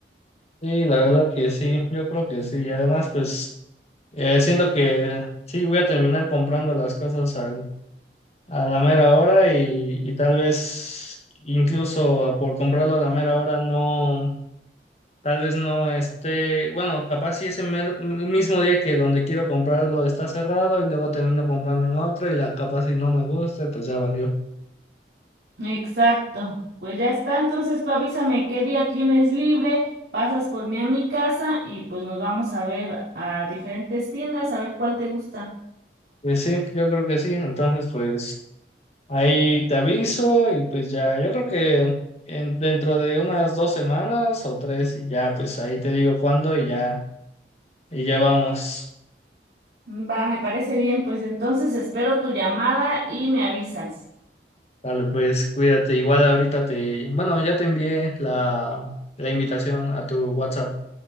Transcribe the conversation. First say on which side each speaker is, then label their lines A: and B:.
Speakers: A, on the left; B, on the right.
A: Sí, la verdad que sí, yo creo que sí. Y además, pues eh, siento que sí, voy a terminar comprando las cosas al- a la mera hora y, y tal vez incluso por comprarlo a la mera hora no. Tal vez no esté, bueno, capaz si ese mer- mismo día que donde quiero comprarlo está cerrado y luego termino comprando en otro y la capaz si no me gusta, pues ya valió.
B: Exacto. Pues ya está, entonces tú avísame qué día tienes libre, pasas por mí a mi casa y pues nos vamos a ver a diferentes tiendas a ver cuál te gusta.
A: Pues sí, yo creo que sí. Entonces, pues ahí te aviso y pues ya, yo creo que en- dentro de unas dos semanas o tres y ya, pues ahí te digo cuándo y ya, y ya vamos.
B: Va, me parece bien, pues entonces espero tu llamada y me avisas.
A: Dale, pues cuídate. Igual ahorita te, bueno, ya te envié la, la invitación a tu WhatsApp.